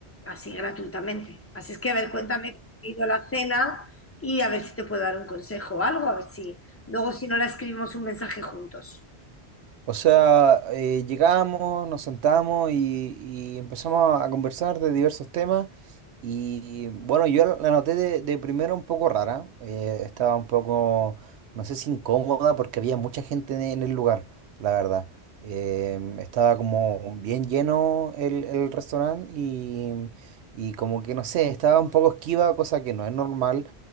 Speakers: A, on the left (about 20°); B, on the right (about 80°).
A: así gratuitamente. Así es que, a ver, cuéntame cómo ha ido la cena y a ver si te puedo dar un consejo o algo, a ver si luego si no la escribimos un mensaje juntos.
B: O sea, eh, llegamos, nos sentamos y, y empezamos a conversar de diversos temas. Y bueno, yo la la noté de, de primero un poco rara. eh, estaba un poco, no sé si incómoda, porque había mucha gente en en el lugar, la verdad. Em, estaba como bien lleno el, el restaurante y, y como que no sé, estaba un poco esquiva, cosa que no es normal